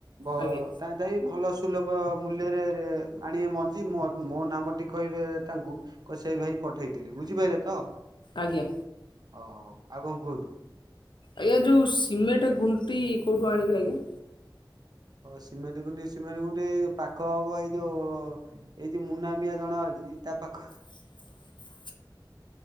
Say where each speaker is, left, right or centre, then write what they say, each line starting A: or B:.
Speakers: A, on the right (about 55°); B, on the left (about 70°).
A: ବ
B: ଆଜ୍ଞା
A: ତାଇଁ ତାଇଁ ଭଲ ସୁଲଭ ମୂଲ୍ୟରେ ଆଣିବେ ମଞ୍ଜି ମୋ ମୋ ନାମଟି କହିବେ ତାଙ୍କୁ। କ ସେଇ ଭାଇ ପଠେଇଥିଲେ ବୁଝିପାଇଲେ ତ।
B: ଆଜ୍ଞା।
A: ଓହଉ ଆଉ କଣ କୁହନ୍ତୁ।
B: ଆଜ୍ଞା ଯୋଉ ସିମେଣ୍ଟ ଗୁଣ୍ଟି କୋଉଠୁ ଆଣିବି ଆଜ୍ଞା?
A: ହଉ ସିମେଣ୍ଟ ଖୁଣ୍ଟି ସିମେଣ୍ଟ ଖୁଣ୍ଟି ଏଇ ପାଖ ହବ ଏଇ ଯୋଉ ଏଇ ଯୋଉ ମୁନାମିଆ ଜଣେ ଅଛି ତା ପାଖ
B: <unintelligible>